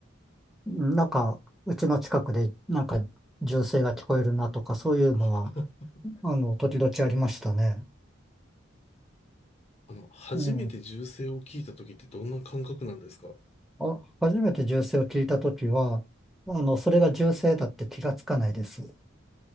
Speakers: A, in the centre; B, on the left (about 35°).
A: なんか、うちの近くでなんか銃声が聞こえるなとか、そういうのは、
B: <laughs>
A: あの、時々ありましたね。
B: あの、初めて銃声を聞いた時ってどんな感覚なんですか
A: ええあ、初めて銃声を聞いたときは、あの、それが銃声だって気がつかないです。